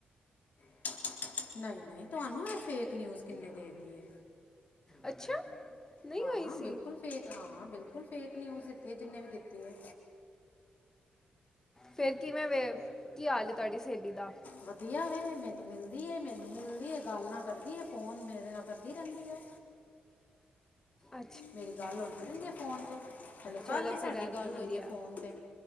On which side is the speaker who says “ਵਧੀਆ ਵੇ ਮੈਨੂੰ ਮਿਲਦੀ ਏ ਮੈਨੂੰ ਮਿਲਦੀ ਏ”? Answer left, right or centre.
Left